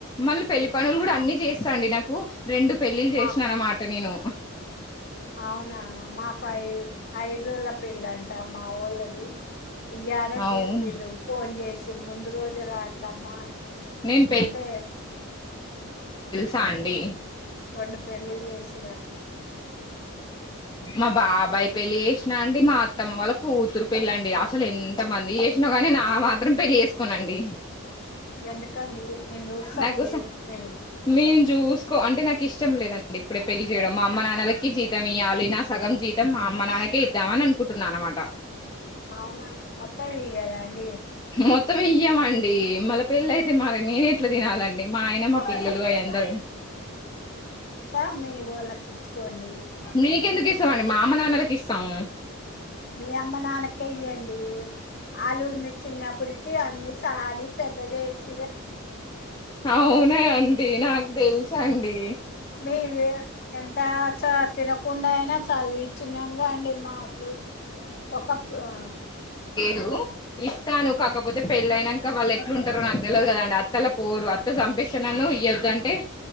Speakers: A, on the left; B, on the left.
A: మళ్ళ పెళ్లి పనులు గూడ
B: ఆ
A: అన్నీ జేస్తాండి నాక్ కు రెండు పెళ్ళిళ్ళ్ జేష్న
B: మా
A: అనమాట నేను
B: అవునా మాకు ఐ ఐడు రోళ్ళ పెళ్ళంట మావోళ్ళ అదీ ఇయ్యాలే
A: అవునా
B: చెప్పిర్రు ఫోన్ జేసి ముందు రోజే రాండమ్మా
A: నేను
B: అంటే
A: తాండి
B: రొండు పెళ్ళిళ్ళ్ జేస్
A: మ బాబాయ్ పెళ్లి జేష్నా అండి మా అత్తమ్మ వాళ్ళ. కూతుర్ పెళ్ళండి అసలెంత మంది జేష్న గాని నా మాత్రం పెళ్ళి జేసుకోనండి.
B: ఎందుకండి. నేను చూస్తాండి
A: నాకు స
B: మీరు
A: మీన్ జూస్ క్ అంటే నాకిష్టం లేదండి ఇప్పుడే పెళ్లి జేయడం మా అమ్మ నాన్నలకి జీతం ఇయ్యాలి నా సగం జీతం మా అమ్మ నాన్నకే ఇద్దామని అనుకుంటున్నా అనమాట.
B: ఔనా అండి మొత్తమియ్యాలా అం
A: మొత్తం ఇయ్యమండి మళ్ళ పెళ్లయితే మాది నేనెట్ల తినాలండి మా ఆయన మా
B: ఒక
A: పిల్లలు అయందరూ
B: ఆ మీ వోళ్ళకి ఇచ్చుకోండి.
A: మీకెందుకు ఇస్తామండి మా అమ్మ నాన్నలకి ఇస్తాము
B: మీ అమ్మ నాన్న కె ఇయ్యండి ఆళ్ళు చిన్నప్పటి నుంచి అన్ని సాది పెద్ద చేసి
A: అవునా అండి నాకు తెలుస్ సండి
B: మీవి ఎంత చ తినకుండా అయినా చదువిచ్చినంగా అండి మాకు ఒకప్ ఆ
A: హలో ఇస్తాను కాకపోతే పె ఇల్లు అయినంక వాళ్ళు ఎట్లు ఉంటరో నాకు తెలిదు కదా అండి అత్తల పోరు అత్త చంపిస్తే నన్ను ఇయ్యొద్దు అంటే